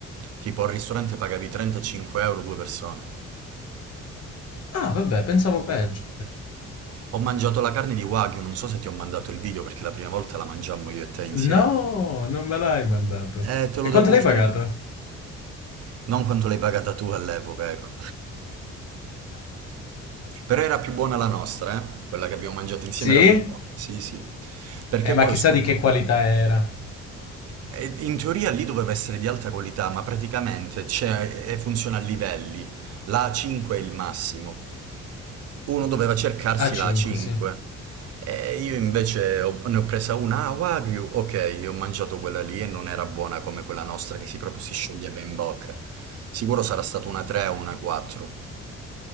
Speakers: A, on the right; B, on the left.
A: Tipo al ristorante pagavi 35 euro due persone.
B: Ah vabbè, pensavo peggio.
A: Ho mangiato la carne di Wagyu, non so se ti ho mandato il video perché la prima volta la mangiammo io e te insieme.
B: No, non me l'hai mandato.
A: Eh, te lo
B: E quanto
A: dovevo
B: l'hai
A: fare
B: pagata?
A: vedere. Non quanto l'hai pagata tu all'epoca, ecco. <laughs> Però era più buona la nostra, eh? Quella che abbiamo mangiato insieme
B: Sì?
A: era più buona. Sì, sì. Perché
B: Eh, ma
A: poi
B: chissà
A: ho scoperto...
B: di che qualità era.
A: E In teoria lì doveva essere di alta qualità, ma praticamente c'è, e funziona a livelli. La A5 è il massimo. Uno doveva cercarsi
B: A5,
A: la 5
B: sì.
A: e io invece ho- ne ho presa una, ah, Wagyu, ok, ho mangiato quella lì e non era buona come quella nostra che si proprio si scioglieva in bocca. Sicuro sarà stata una 3 o una 4,